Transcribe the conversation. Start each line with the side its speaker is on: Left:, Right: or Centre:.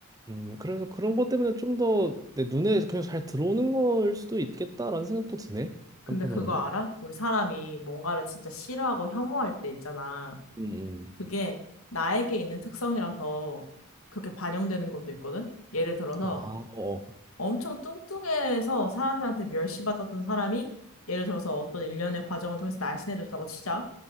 Right: 음, 그래서 그런 것 때문에 좀 더 내 눈에 그냥 잘 들어오는 걸 수도 있겠다라는 생각도 드네.
Left: 근데
Right: 한편으로는.
Left: 그거 알아? 우리 사람이 뭔가를 진짜 싫어하고 혐오할 때 있잖아.
Right: 음, 음.
Left: 그게 나에게 있는 특성이라서 그렇게 반영되는 것도 있거든? 예를 들어서
Right: 아, 어.
Left: 엄청 뚱뚱해서 사람들한테 멸시받았던 사람이 예를 들어서 어떤 일련의 과정을 통해서 날씬해졌다고 치자.